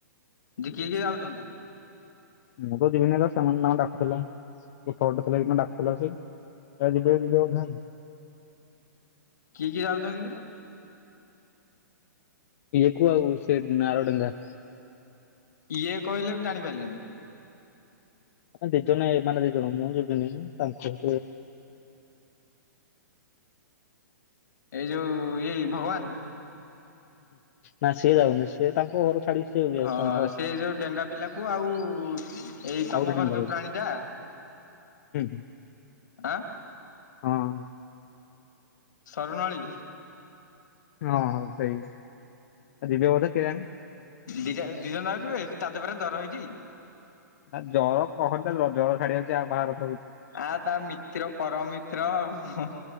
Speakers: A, on the left; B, on the left.
A: ଯେ କିଏ କିଏ ଯାଉଛନ୍ତି
B: ମୁଁ ତ ଯିବିନି ସେମାନେ ତାଙ୍କର ଡାକୁଥିଲା ଏରଟେ ଥିଲା ଡାକୁଥିଲା ସେ ଯିବ ଯିବଧାନ
A: କିଏ କିଏ ଯାଉଛନ୍ତି କିରେ
B: ଏକୁ ଆଉ ସେନାରଡେଙ୍ଗା
A: ଇଏ କହିଲେ ମୁ ଜାଣିପାରିଲିନି।
B: ଦି ଜଣ ମାନେ ଦି ଜଣ ମୁଁ ଯବିନି ତାଙ୍କ
A: ଏଇ ଯେଉ ଏଇ ଭଗବାନ
B: ନା ସିଏ ଯାଉନି ସେ ତାଙ୍କ ଘର ଛାଡି ସିଏ ଇଏ
A: ହଁ
B: ତାଙ୍କ
A: ସେ ଯୋଉ ଡେଙ୍ଗା ପିଲାକୁ ଆଉ ଏଇ ତମ
B: ଆଉ ଗୋଟେ ତାଙ୍କ
A: ଘର ଯୋଉ ପ୍ରାଣୀ ଟା
B: ହୁଁ ହୁଁ
A: ଆଁ?
B: ହଁ।
A: ସରୁନଳୀ
B: ହଁ ହ ସେଇ ଆସିଥିବ ବାଧେ କେଇଆଣି
A: ଦିଟା ଦି ଜଣ ଯ ଯିବେ ତା ଦେହପରେ ଦଡର ହେଇଛି
B: ଆ ଜର କହ ଜର ଛାଡି ଯାଉଚଛି ଆଉ ବାହାର
A: ଆ ତା ମିତ୍ର ପରମମିତ୍ର ଆଉ